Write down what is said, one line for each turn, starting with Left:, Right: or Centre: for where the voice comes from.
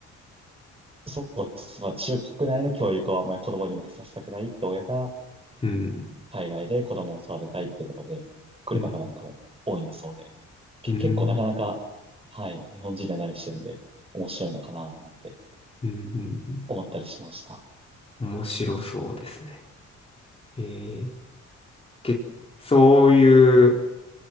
Right: そう、まあ、中国内の教育をあんまり子供に向けさせたくないって親が、
Left: うん。
Right: 海外で子供を育てたいってことで来る方なんかも多いんだそうで、
Left: うん
Right: け、
Left: うん、
Right: 結構なかなか、はい、日本人じゃない視点で面白いのかななんて
Left: うん、うん、
Right: 思ったりしました。
Left: うん。面白そうですね。えー、け、そういう、